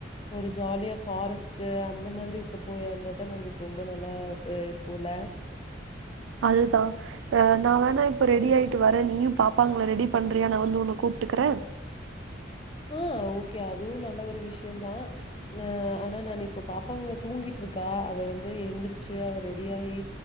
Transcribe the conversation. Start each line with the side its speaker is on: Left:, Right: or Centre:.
Left: ஒரு ஜாலியா ஃபாரஸ்ட்டு அந்த மாதிரிலா போக இருந்தாதா நம்பளுக்கு ரொம்ப நல்லா இருக்குல
Right: அதுதா அஹ் நா வேணா இப்ப ரெடி ஆயிட்டு வரே நீயு பாப்பாங்கள ரெடி பண்றியா நா வந்து உன்ன கூப்ட்டுக்குறே
Left: ஆஹ் ஓகே அதுவு நல்ல ஒரு விஷ்யந்தா அஹ் ஆனா நானு இப்ப பாப்பாங்க தூங்கிட்ருக்கா அவ வந்து எந்திரிச்சு அவ ரெடியாயி